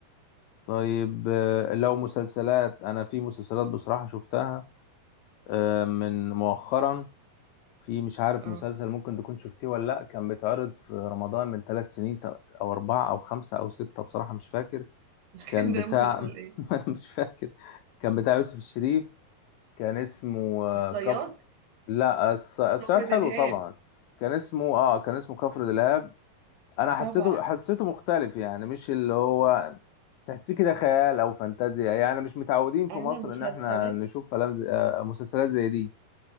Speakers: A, on the left; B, on the right.
A: طيب آه، لو مسلسلات انا في مسلسلات بصراحة شفتها آه، من مؤخرا في مش عارف
B: اه
A: مسلسل ممكن تكون شفتيه ولا لأ كان بيتعرض في رمضان من ثلاث سنين تق- أو أربعة أو خمسة أو ستة بصراحة مش فاكر
B: <laughs>
A: كان
B: كان ده
A: بتاع
B: مسلسل ايه
A: <laughs> مش فاكر كان بتاع يوسف الشريف كان اسمه آه،
B: الصياد
A: كفر لا الص- الصياد
B: كفر
A: حلو
B: دلهاب
A: طبعا كان اسمه اه كان اسمه كفر دلهاب انا حسيته
B: طبعا
A: حسيته مختلف يعني مش اللي هو تحسيه كده خيال او فانتازيا يعني مش متعودين في
B: انا
A: مصر
B: مسلسلات
A: ان احنا نشوف فلام زي... آه، مسلسلات زي دي